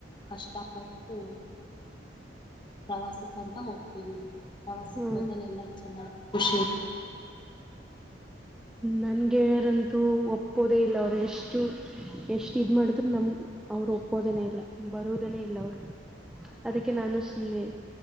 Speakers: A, on the left; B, in the centre.
A: ಕಷ್ಟಪಟ್ಟು. ಪ್ರವಾಸಕ್ ಅಂತ ಹೋಗ್ತೀವಿ ಪ್ರವಾಸಕ್
B: ಹ್ಮ್
A: ಹೋದಲ್ ಎಲ್ಲ ಚೆನ್ನಾಗಿ ಖುಷಿ.
B: ನನಗೆ ಅವರ ಅಂತೂ ಒಪ್ಪೋದೇ ಇಲ್ಲ ಅವ್ರು ಎಷ್ಟು. ಎಷ್ಟ್ ಇದ್ ಮಾಡಿದ್ರರು ನಮ್ ಅವ್ರು ಒಪ್ಪೋದನೆೇ ಇಲ್ಲ ಬರೋದನೆೇ ಇಲ್ಲ ಅವ್ರು. ಅದಕ್ಕೆ ನಾನು ಸುಮ್ಮನೆ